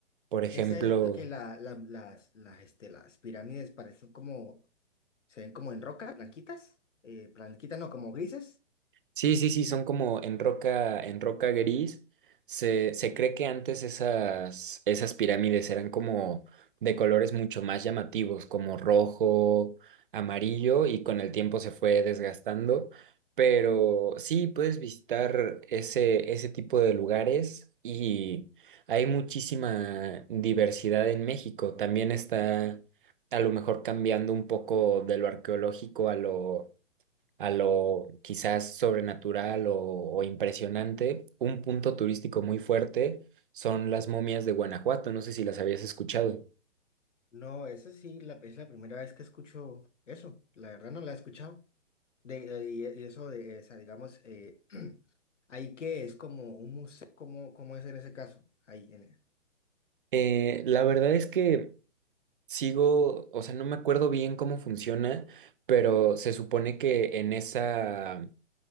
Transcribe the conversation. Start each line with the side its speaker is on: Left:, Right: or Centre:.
Right: Por ejemplo,
Left: Esa es la que la, la- las, las, este, las pirámides parecen como, se ven como en roca, blanquitas, eh, blanquitas no, como grises.
Right: Sí, sí, sí, son como en roca, en roca gris. Se, se cree que antes esas, esas pirámides eran como de colores mucho más llamativos, como rojo, amarillo, y con el tiempo se fue desgastando. Pero sí, puedes visitar ese, ese tipo de lugares y hay muchísima diversidad en México. También está a lo mejor cambiando un poco de lo arqueológico a lo a lo quizás sobrenatural o, o impresionante, un punto turístico muy fuerte son las momias de Guanajuato. No sé si las habías escuchado.
Left: No, esa sí la, es la primera vez que escucho eso. La verdad no la he escuchado. De, eh, y, y eso de, o sea, digamos, eh, <clears throat> ahí que es como un museo, ¿cómo, cómo es en ese caso? Ahí, en-
Right: Eh, la verdad es que sigo, o sea, no me acuerdo bien cómo funciona, pero se supone que en esa...